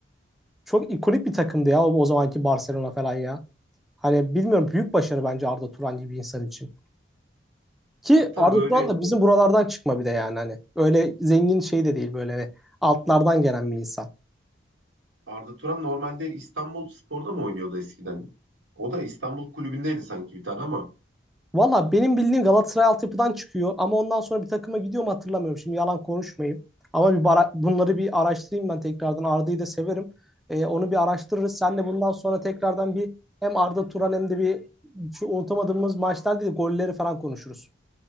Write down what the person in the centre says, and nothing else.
Çok ikonik bir takımdı ya o, o zamanki Barcelona falan ya. Hani bilmiyorum büyük başarı bence Arda Turan gibi bir insan için. Ki
Arda
Turan da bizim buralardan çıkma bir de yani hani. Öyle zengin şey de değil böyle hani altlardan gelen bir insan.
Valla benim bildiğim Galatasaray altyapıdan çıkıyor ama ondan sonra bir takıma gidiyor mu hatırlamıyorum. Şimdi yalan konuşmayayım. Ama bir bara- bunları bir araştırayım ben tekrardan. Arda'yı da severim. Ee, onu bir araştırırız. Sen de bundan sonra tekrardan bir hem Arda Turan hem de bir şu unutamadığımız maçlar değil de golleri falan konuşuruz.